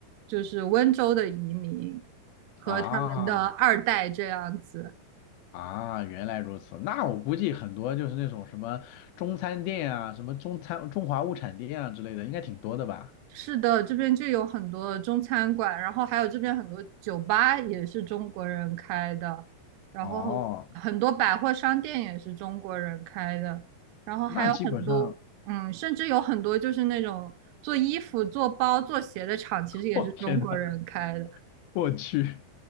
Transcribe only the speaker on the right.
就是温州的移民和他们的二代这样子，
是的，这边就有很多中餐馆，然后还有这边很多酒吧也是中国人开的，然后很多百货商店也是中国人开的，
然后还有很多，
嗯，甚至有很多就是那种做衣服、做包、做鞋的厂，其实也是中国人开的。